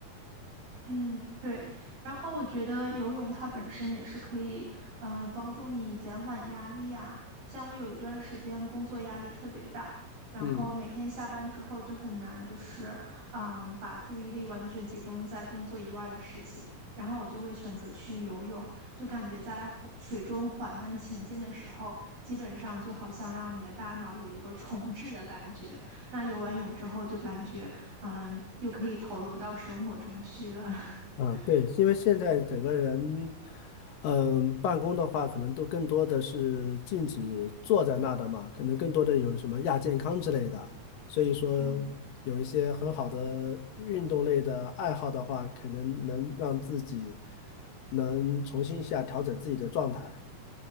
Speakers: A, on the right; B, on the left.
A: 嗯，对。然后我觉得游泳它本身也是可以，嗯、帮助你减缓压力啊。像我有一段时间工作压力特别大，然后每天下班之后就很难，
B: 嗯。
A: 就是嗯、把注意力完全集中在工作以外的事情。然后我就会选择去游泳，就感觉在缓水中缓慢前进的时候，基本上就好像让你的大脑有一个重置的感觉。那游完泳之后，就感觉嗯，又可以投入到生活中去了。<laughs>
B: 啊，对，因为现在整个人，嗯、办公的话，可能都更多的是禁止坐在那的嘛，可能更多的有什么亚健康之类的，
A: 嗯
B: 所以说有一些很好的运动类的爱好的话，
A: 嗯，
B: 可能能让自己能重新一下调整自己的状态。